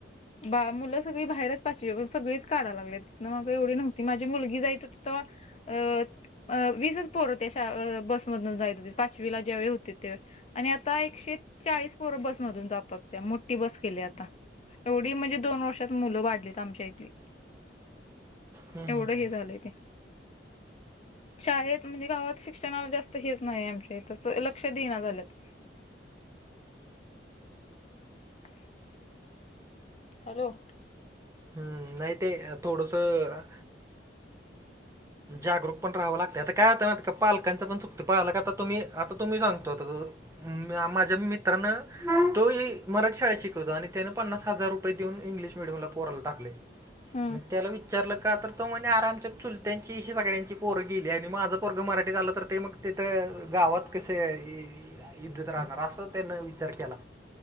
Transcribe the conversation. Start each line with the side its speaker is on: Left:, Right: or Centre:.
Left: बा मुलं सगळी बाहेरचं पाचवीपासून सगळीच काढाय लागल्यात तिथनं मग एवढ नव्हती. माझी मुलगी जाईत होती तवा अ अ.. वीसच पोरं त्या शाळ-बसमधुनं जाईत होतीत पाचवीला ज्यावेळी होती त्यावेळी आणि आता एकशे चाळीस पोरं बस मधून जातात त्या मोठी बस केली आता एवढी म्हणजे दोन वर्षात मुलं वाढलीत आमच्या इथंली
Right: हम्म
Left: एवढं हे झालंय ते शाळेत म्हणजे गावात शिक्षणला जास्त हेच नाही आमच्याइथ तसं लक्ष देइना झाल्यात ह <inaudible> हॅलो!
Right: हम्म नाही, ते थोडसं जागरूक पण राहावं लागत आता काय होतं पालकच पण चुकत पालक आता तुम्ही आता तुम्ही सांगतो आता माझ्या मित ञानं तो ही मराठी शाळेत शिकवतो आणि त्यानं पन्नास हजार रुपये देऊन इंग्लिश मिडयमला पोराला टाकलं
Left: हम्म
Right: मग त्याला विचारलं का तर आमच्या चुल त्यांची ही सगळ्यांची पोरं गेली आणि माझं पोरंग मराठीत आलं तर ते मग तिथं गावात कसं ही इथंच राहणार असं त्यांन विचार केला